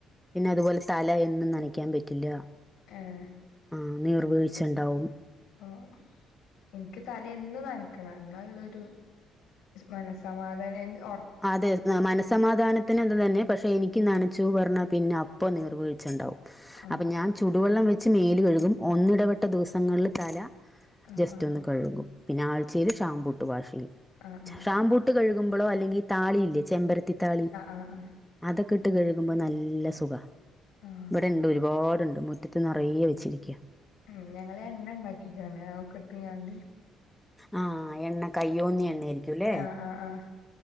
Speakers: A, in the centre; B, on the left.
A: പിന്നെ അതുപോലെ തല എന്നും നനയ്ക്കാൻ പറ്റില്ല.
B: ഏഹ്.
A: ആഹ് നീർ വീഴ്ച്ചണ്ടാവും.
B: ആഹ എന്ക്ക് തല എന്നും നന് ക്കണം ന്ന ഇള്ളരു മനസ്സമാധാനം എന്ത് ഒ
A: അതെ മ മനസ്സമാധാനത്തി ത്തനെ അതു തന്നെ പക്ഷേ എനിക്ക് നനച്ചൂ പറ്ഞ്ഞാൽ പിന്നെ അപ്പോ നീർ വീഴ്ച്ചുണ്ടാവും.
B: ആ
A: അപ്പൊ ഞാൻ ചുടുവെള്ളം വെച്ച് മേല് കഴ്കും ഒന്നിടവെട്ട ദിവസങ്ങളിൽ തല
B: ആ
A: ജസ്റ്റ്
B: ആ
A: ഒന്ന് കഴ്കും പിന്നെ ആഴ്ചയിൽ ഷാംമ്പൂട്ട് വാഷ് ചെയ്യും
B: ആഹ് ആഹ്
A: ഷാംമ്പൂ. ട്ട് കഴുകുമ്പളോ അല്ലെങ്കിൽ താളിയില്ലേ ചെമ്പരത്തി താളി
B: ആഹ് ആഹ് ആഹ്
A: അതൊക്ക ഇട്ട് കഴുകുമ്പോ നല്ല സുഖ
B: ആഹ്
A: ഇവിടെ ഉണ്ട് ഒരുപാടുണ്ട്. മുറ്റത്ത് നറയെ വെച്ചിരിക്കൃ.
B: ഉം ഞങ്ങള് എണ്ണ ഇണ്ടാക്കിക്കാണ് അവൊക്കെ ഇട്ട്ങ്ങാണ്ട്.
A: ആഹ് എണ്ണ കയ്യോന്നി എണ്ണായിരിക്കും അല്ല
B: ആഹ് ആഹ് ആഹ്